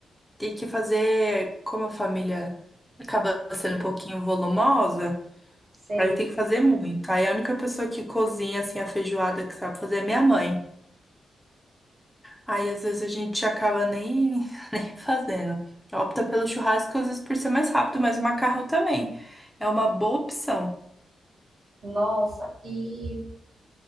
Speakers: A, in the centre; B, on the right.
A: tem que fazer, como a família acaba sendo um pouquinho volumosa,
B: Sei.
A: aí tem que fazer muito. Aí a única pessoa que cozinha assim a feijoada que sabe fazer é minha mãe. Aí às vezes a gente acaba nem, <laughs> nem fazendo. Opta pelo churrasco, às vezes por ser mais rápido, mas o macarrão também. É uma boa opção.
B: Nossa, e